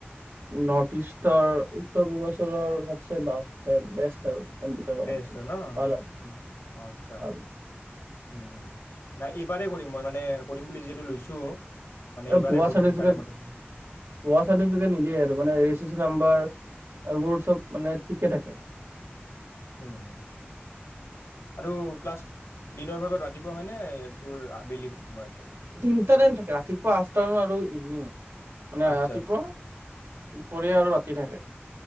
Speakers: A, on the right; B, on the left.
A: নৰ্থ-ইষ্টৰ উত্তৰ পূৰ্বাঞ্চলৰ ছবছে বেষ্ট আৰু। কম্পিউটাৰৰ
B: বেষ্ট
A: কাৰণে
B: হয় নহ,
A: ভাল
B: আচ্ছা।
A: ভাল
B: উম উম, নাই এইবাৰেই কৰিম মই মানে কৰিম বুলি যিহেতু লৈছোঁ। মানে
A: আৰু
B: এইবাৰেই
A: ভুৱা
B: কৰিম
A: চাৰ্টিফিকেট
B: সেইকাৰণে মই তোক
A: ভুৱা চাৰ্টিফিকেট নিদিয়ে আৰু মানে ৰেজিষ্ট ট্ৰেচন নাম্বাৰ এইবোৰ চব ঠিকেই থাকে।
B: হুম। আৰু ক্লাছ দিনৰ ভাগত ৰাতিপুৱা হয়নে তোৰ আবেলি সময়ত? হয়
A: দিন দুটা টাইম থাকে, ৰাতিপুৱা, আফ্টাৰনোন আৰু ইভিনিং। মানে
B: আচ্ছা
A: ৰাতিপুৱা
B: আচ্ছা
A: দুপৰীয়া আৰু ৰাতি থাকে।